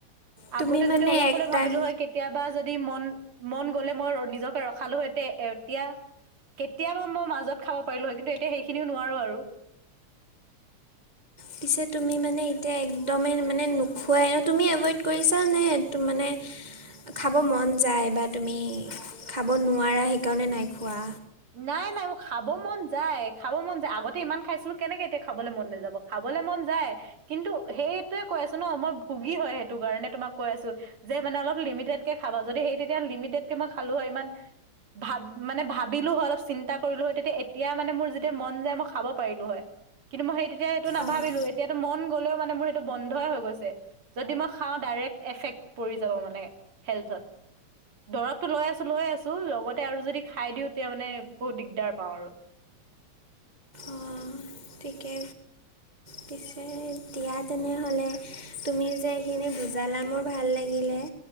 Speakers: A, on the right (about 20°); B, on the right (about 50°).
A: তুমি
B: আগতে
A: মানে
B: যদি অলপ
A: এক
B: হলেও
A: টাইম
B: ভাবিলো হয় কেয়া। কেতিয়াবা যদি মন মন গ'লে মই নিজকে ৰখালো সতে এ এতিয়া। কেতিয়াবা মই মাজত খাব পাৰিলোঁ হয়, কিন্তু এতিয়া সেইখিনিও নোৱাৰো আৰু।
A: পিছে তুমি মানে এতিয়া একদমেই মানে নোখোৱাই ন তুমি এভইড কৰিছা নে? মানে খাব মন যায় বা তুমি খাব নোৱাৰা সেইকাৰণে নাইখোৱা?
B: নাই-নাই মুৰ খাব মন যায় খাব মন যায় আগতে ইমান খাইছিলোঁ, কেনেকে এতিয়া খাবলৈ মন নাযাব? খাবলৈ মন যায় কিন্তু সেইটোয়ে কৈ আছোঁ ন মই ভুগী হয় সেইটো কাৰণে তোমাক কৈ আছোঁ। যে মানে অলপ লিমিটেড কে খাবা যদি সেই তেতিয়া লিমিটেড কে মই খালোঁ হয় ইমান ভাত মানে ভাত ভাবিলোঁ হয় অলপ চিন্তা কৰিলোঁ হয় তেতিয়া এতিয়া মানে মোৰ যেতিয়া মন যায় মই খাব পাৰিলোঁ হয়। কিন্তু মই সেই তেতিয়া এইটো নাভাবিলোঁ,
A: অঁ
B: এতিয়াতো মন গ'লেও মানে মোৰ সেইটো বন্ধই হৈ গৈছে। যদি মই খাওঁ ডাইৰেক্ট এফেক্ট পৰি যাব মানে হেল্থত। দৰৱতটো লৈ আছোঁ-লৈ আছোঁ, লগতে আৰু যদি খাই দিওঁ তেতিয়া মানে বহুত দিগদাৰ পাওঁ আৰু।
A: অঁ ঠিকে। পিছে দিয়া তেনেহ'লে, তুমি যে এইখিনি বুজালা মোৰ ভাল লাগিলে।